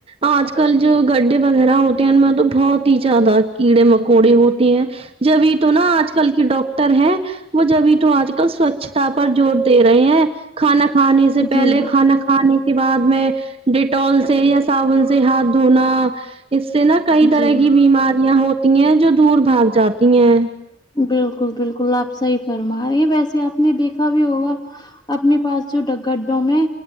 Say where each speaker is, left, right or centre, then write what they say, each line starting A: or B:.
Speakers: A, on the right (about 30°); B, on the left (about 20°).
A: آج کل جو گڈے وغیرہ ہوتے ہیں ان میں تو بہت ہی زیادہ کیڑے مکوڑے ہوتے ہیں جب ہی تو نا آج کل کی ڈاکٹر ہیں وہ جب بھی تو آج کل سوچھتا پر زور دے رہے ہیں کھانا کھانے سے پہلے
B: جی
A: کھانا کھانے کے بعد میں ڈیٹال سے یا صابن سے ہاتھ دھونا اس سے نا کئی طرح
B: جی
A: کی بیماریاں ہوتی ہیں جو دور بھاگ جاتی ہیں
B: بالکل بالکل آپ صحیح فرما رہی ہیں ویسے آپ نے دیکھا بھی ہوگا اپنے پاس جو گڈوں ڈوں ہے